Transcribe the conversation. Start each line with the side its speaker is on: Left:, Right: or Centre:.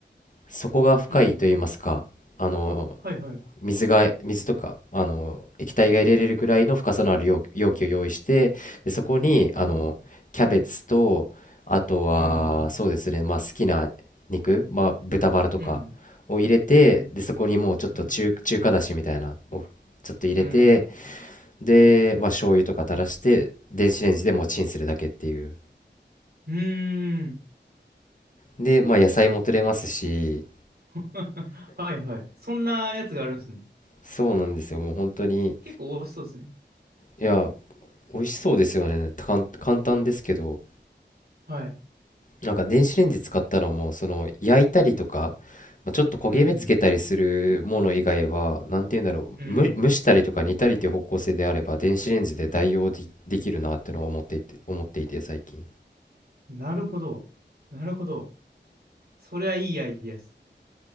Left: 底が深いと言いますかあの
Right: うんうん。はいはい。
Left: 水が水とかあの液体が入れれるぐらいの深さのある容容器を用意してでそこにあのキャベツとあとはそうですね、
Right: うんうん。はい。うんうん
Left: まあ、好きな肉、まあ、豚バラとかを入れてでそこにもうちょっと中、
Right: うん。うん。うん。うん。
Left: 中華だしみたいなをちょっと入れて
Right: うん。
Left: で、
Right: うん。
Left: まあ、醤油とか垂らして電子レンジでもうチンするだけっていう
Right: うん。
Left: で、まあ、野菜も取れますし
Right: <laughs> はいはい。そんなやつがあるんですね。
Left: そうなんですよもう本当に
Right: 結構美味しそうですね。
Left: いや美味しそうですよねたかん簡単ですけど
Right: はい。
Left: なんか電子レンジ使ったのもその焼いたりとか、まあちょっと焦げ目つけたりするもの以外はなんて言うんだろう蒸、
Right: うんうん。うん。
Left: む蒸したりとか煮たりっていう方向性であれば電子レンジで代用で、できるなってのを思っていて、思っていて最近。
Right: なるほど。なるほど。それはいいアイディアです。